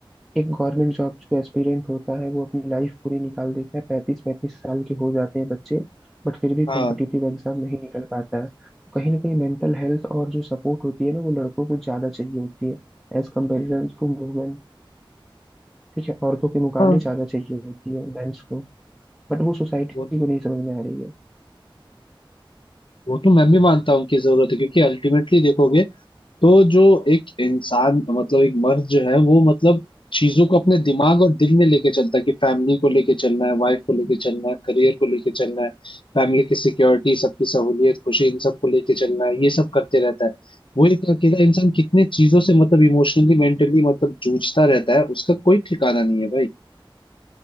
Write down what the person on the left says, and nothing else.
हाँ
हाँ
वो
वो तो मैं भी मानता हूँ कि जरूरत है क्योंकि अल्टीमेटली देखोगे तो जो एक इंसान मतलब एक मर्द जो है वो मतलब चीजों को अपने दिमाग और दिल में लेके चलता है कि फैमिली को लेके चलना है वाइफ को लेके चलना है करियर को लेके चलना है फैमिली की सिक्योरिटी सबकी सहूलियत खुशी इन सब को लेके चलना है ये सब करते रहता है वो एक अकेला इंसान कितने चीजों से मतलब इमोशनली मेंटली मतलब जूझता रहता है उसका कोई ठिकाना नहीं है भाई